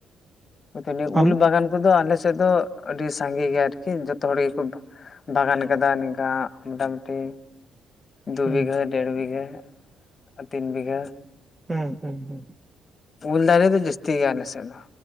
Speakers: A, on the left; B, on the right.
A: <unintelligible> ᱱᱤᱭᱟᱹ
B: ᱟᱞ
A: ᱩᱞ ᱵᱟᱜᱟᱱ ᱠᱚᱫᱚ ᱟᱞᱮ ᱥᱮᱫ ᱫᱚ ᱟᱹᱰᱤ ᱥᱟᱸᱜᱮ ᱜᱮᱭᱟ ᱟᱨᱠᱤ ᱡᱚᱛᱚ ᱦᱚᱲ ᱜᱮᱠᱚ ᱵᱟᱜᱟᱱ ᱠᱟᱫᱟ ᱱᱤᱝᱠᱟ ᱢᱚᱴᱟᱢᱩᱴᱤ ᱫᱩ
B: ᱦᱩᱸ
A: ᱵᱤᱜᱷᱟᱹ, ᱰᱮᱲ ᱵᱤᱜᱷᱟᱹ, ᱟᱨ ᱛᱤᱱ ᱵᱤᱜᱷᱟᱹ,
B: ᱦᱮᱸ ᱦᱩᱸ ᱦᱩᱸ
A: ᱩᱞ ᱫᱟᱨᱮ ᱫᱚ ᱡᱟᱹᱥᱛᱤ ᱜᱮᱭᱟ ᱟᱞᱮᱥᱮᱫ ᱫᱚ᱾